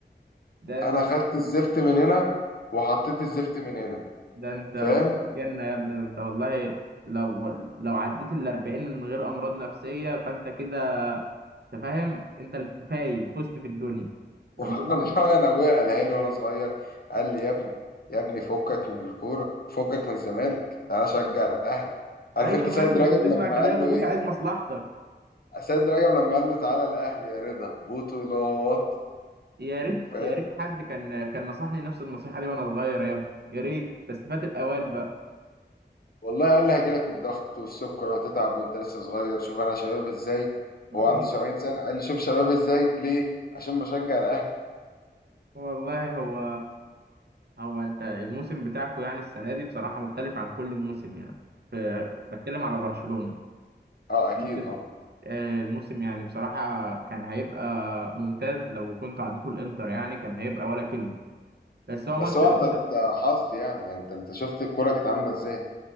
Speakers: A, on the right; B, on the left.
A: ده أنت
B: انا خدت الزفت من هنا وحطيت الزفت من هنا
A: ده أنت
B: فاهم
A: وليت الجنة يا ابني ده أنت والله لو لو عديت ال 40 من غير أمراض نفسية فأنت كده أنت فاهم أنت الفايز فزت في الدنيا
B: <laughs>
A: ربنا
B: والله
A: معاك
B: انا ابويا قالها لي وانا صغير قال لي يا ابني يا ابني فكك من الكوره فكك من الزمالك تعالى شجع الاهلي عارف
A: أيوه
B: انت
A: مثلا
B: سيد رجب
A: كنت تسمع
B: لما
A: كلام
B: قال له
A: أبوك
B: ايه
A: عايز مصلحتك
B: سيد رجب لما قال له تعالى الاهلي يا رضا بطولات
A: يا ريت
B: فاهم
A: يا ريت حد كان كان نصحني نفس النصيحة دي وأنا صغير يا ابني يا ريت بس فات الأوان بقى
B: والله قال لي هيجيلك الضغط والسكر وهتتعب وانت لسه صغير شوف انا شباب ازاي
A: آه،
B: هو عنده 70 سنه قال لي شوف شباب ازاي ليه عشان بشجع الاهلي
A: والله هو هو انت الموسم بتاعكو يعني السنه دي بصراحه مختلف عن كل موسم يعني ف بتكلم على برشلونه
B: اه اكيد
A: ممكن
B: اه
A: آه، الموسم يعني بصراحه كان هيبقى ممتاز لو كنت عديته الانتر يعني كان هيبقى ولا كلمه بس هو
B: بس
A: ماتش
B: هو
A: الانتر
B: انت انت حظ يعني انت انت شفت الكوره كانت عامله ازاي